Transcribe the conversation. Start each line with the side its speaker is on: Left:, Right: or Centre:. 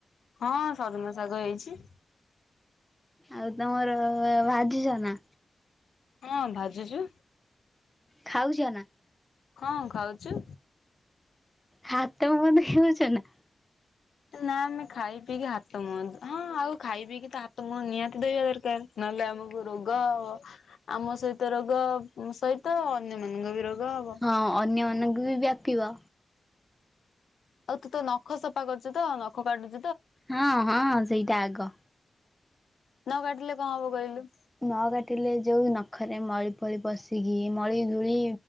Left: ହଁ ସଜନା ଶାଗ ହେଇଛି
Centre: ଆଉ ତମର ଭାଜିଛ ନା
Left: ହଁ ଭାଜୁଛୁ
Centre: ଖାଉଛ ନା
Left: ହଁ ଖାଉଛୁ
Centre: ହାତ ମୁହଁ ଧୋଇହଉଛ ନା?
Left: ନା ଆମେ ଖାଇ ପିଇକି ହା ତ ମୁଁହ ଆଉ ଖାଇ ପିଇକି ତା ତମ ନିହାତି ଦେବା ଦରକାର, ନହେଲେ ଆମକୁ ରୋଗ, ଆମ ସହିତ ରୋଗ ସହିତ ଅନ୍ୟମାନଙ୍କ ବି ରୋଗ ହବ।
Centre: ହଁ ଅନ୍ୟନ ଅନକୁ ବି ବ୍ୟାପିବା।
Left: ଆଉ ତୁ ତ ନଖ ସଫା କରୁଛୁ ତ? ନଖ କାଟୁଚୁ
Centre: ହଁ ହଁ ସେଇଟା ଆଗ।
Left: ନ କାଟିଲେ କଣ ହବ କହିଲୁ?
Centre: ନ କାଟିଲେ ଯୋଉ ନଖରେ ମଳି ଫଳି ପଶିକି ମଳି ଧୂଳି